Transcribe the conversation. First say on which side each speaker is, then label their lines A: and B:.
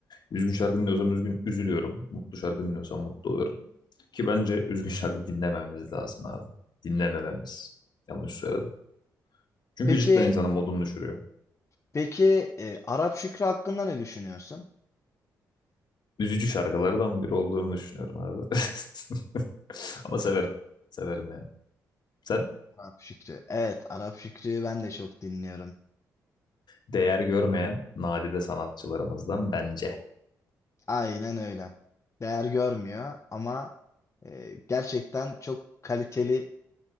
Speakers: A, on the left; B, on the left.
A: Üzgün şarkı dinliyorsam üzgün üzülüyorum. Mutlu şarkı dinliyorsam mutlu oluyorum. Ki bence üzgün şarkı dinlememiz lazım abi. Dinlemememiz. Yanlış söyledim. Çünkü
B: Peki
A: cidden insanın modunu düşürüyor.
B: peki e, Arap Şükrü hakkında ne düşünüyorsun?
A: üzücü şarkılardan biri olduğunu düşünüyorum abi. <laughs> Ama severim. Severim yani. Sen
B: Arap Şükrü. Evet, Arap Şükrü'yü ben de çok dinliyorum.
A: değer görmeyen nadide sanatçılarımızdan bence.
B: Aynen öyle. Değer görmüyor ama e, gerçekten çok kaliteli